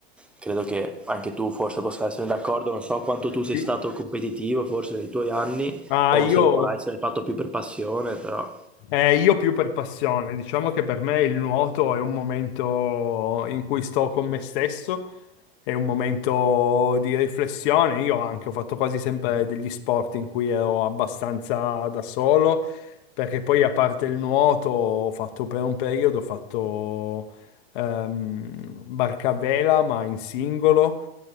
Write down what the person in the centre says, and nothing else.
credo che anche tu forse possa essere d'accordo, non so quanto tu sei
stato competitivo forse nei tuoi anni
o
se lo fai, se l'hai fatto più per passione, però